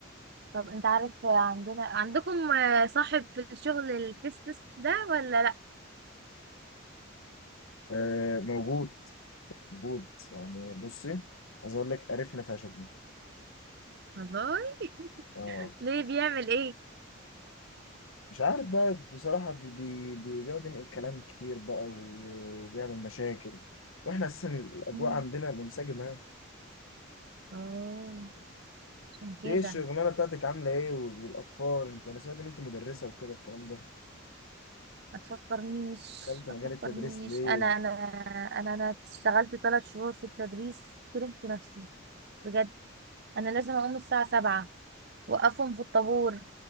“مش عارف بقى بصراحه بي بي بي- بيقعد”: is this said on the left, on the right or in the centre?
Left